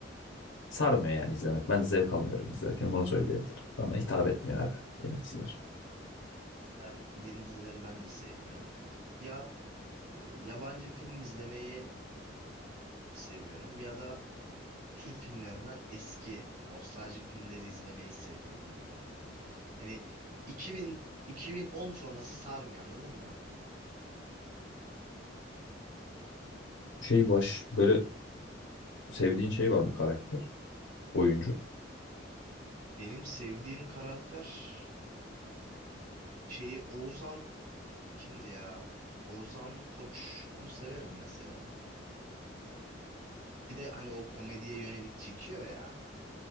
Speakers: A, on the left (about 80°); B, on the right (about 45°).
A: sarmıyor yani izlemek. Ben zevk almıyorum izlerken bunu söyleyebilirim. Bana hitap etmiyor abi yeni diziler.
B: diziler, yeni dizileri ben de sevmiyorum. Ya e, yabancı film izlemeyi seviyorum ya da Türk filmlerinden eski nostalji filmleri izlemeyi seviyorum bu arada. Hani 2000 2010 sonrası sarmıyor anladın mı?
A: Şey baş böyle sevdiğin şey var mı karakter? Oyuncu?
B: Benim sevdiğim karakter şeyi Oğuzhan kimdi ya? Oğuzhan Koç. Onu severim mesela. Bir de hani o komediye yönelik çekiyor ya.